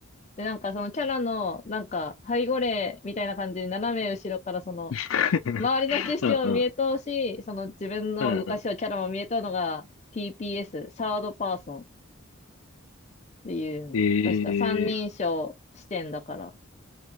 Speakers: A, on the left (about 30°); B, on the left (about 75°).
A: で、なんかそのキャラの、なんか、背後霊みたいな感じで斜め後ろからその、
B: <laughs>
A: 周りの景色も見えとうし、
B: うんうん。
A: その自分の動かしをキャラも見えとうのが
B: うん
A: TPS、サードパーソンっていうね、
B: え
A: 確か三人称視点だから。
B: ー、